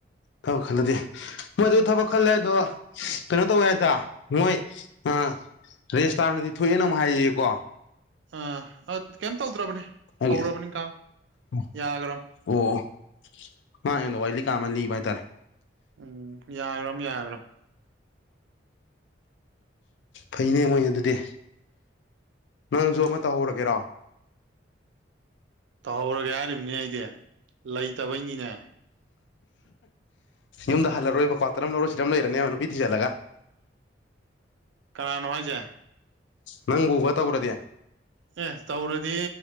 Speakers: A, on the left; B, on the right.
A: ꯐꯕ ꯈꯜꯂꯗꯤ ꯃꯣꯏ ꯑꯗꯨ ꯊꯕꯛ ꯈꯜꯂꯦ ꯍꯥꯏꯗꯣ ꯀꯩꯅꯣ ꯇꯧꯋꯦ ꯍꯥꯏꯗ ꯃꯣꯏ ꯑ ꯔꯦꯖꯤꯁꯇꯥꯔꯅꯗꯤ ꯊꯣꯛꯑꯦꯅ ꯑꯃꯨꯛ ꯍꯥꯏꯌꯦꯌꯦꯀꯣ
B: ꯑꯥ ꯑ ꯀꯩꯝ ꯇꯧꯗ꯭ꯔꯕꯅꯦ
A: ꯑꯩ
B: ꯍꯧꯔꯕꯅꯤ ꯀꯥꯎ
A: <unintelligible>
B: ꯌꯥꯈ꯭ꯔꯝ
A: ꯑꯣ ꯃꯥ ꯑꯩꯉꯣꯟꯗ ꯋꯥꯔꯤ ꯂꯤ ꯀꯥꯟꯗ ꯑꯃꯥꯏ ꯂꯤꯕ ꯍꯥꯏꯇꯥꯔꯦ
B: ꯎꯝ ꯌꯥꯒ꯭ꯔꯝꯅꯤ ꯌꯥꯒ꯭ꯔꯝ
A: ꯐꯩꯅꯦ ꯃꯣꯏ ꯑꯗꯨꯗꯤ ꯅꯪꯁꯨ ꯑꯃ ꯇꯧꯍꯧꯔꯒꯦꯔꯣ
B: ꯇꯧꯍꯧꯔꯒꯦ ꯍꯥꯏꯔꯤꯝꯅꯤꯅꯦ ꯑꯩꯗꯤ ꯂꯩꯇꯕꯩꯅꯤꯅꯦ
A: ꯌꯨꯝꯗ ꯍꯜꯂꯔꯣꯏꯕ ꯀ꯭ꯋꯥꯇꯔꯝ ꯑꯃ ꯂꯧꯔ ꯁꯤꯗꯝ ꯂꯩꯔꯅꯦꯕ ꯅꯨꯄꯤ ꯊꯤꯖꯤꯜꯂꯒ
B: ꯀꯅꯥꯅꯣ ꯍꯥꯏꯁꯦ
A: ꯅꯪꯕꯨꯕ ꯇꯧꯔꯗꯦ
B: ꯑꯦ ꯇꯧꯔꯗꯤ